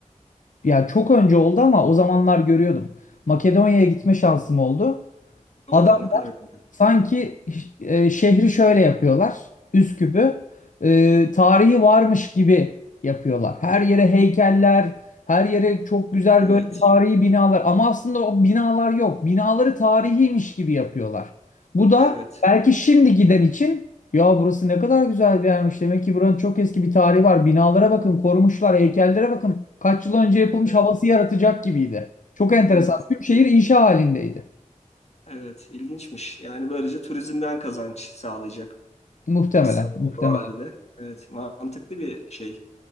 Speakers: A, on the left; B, on the left.
A: ya çok önce oldu ama o zamanlar görüyordum. Makedonya'ya gitme şansım oldu.
B: o
A: Adam
B: ne kadar güzel.
A: Sanki e, şehri şöyle yapıyorlar. Üsküp'ü e, tarihi varmış gibi yapıyorlar. Her yere heykeller, her yere çok güzel
B: Evet,
A: böyle tarihi binalar. Ama aslında o binalar yok. Binaları tarihiymiş gibi yapıyorlar. Bu da
B: evet.
A: belki şimdi giden için ya burası ne kadar güzel bir yermiş. Demek ki buranın çok eski bir tarihi var. Binalara bakın, korumuşlar, heykellere bakın. Kaç yıl önce yapılmış
B: E,
A: havası yaratacak gibiydi. Çok enteresan.
B: Evet,
A: Tüm şehir inşa halindeydi.
B: evet ilginçmiş. Yani böylece turizmden kazanç sağlayacak.
A: Muhtemelen,
B: Kısa
A: muhtemelen.
B: vadede. Evet, mantıklı bir şey.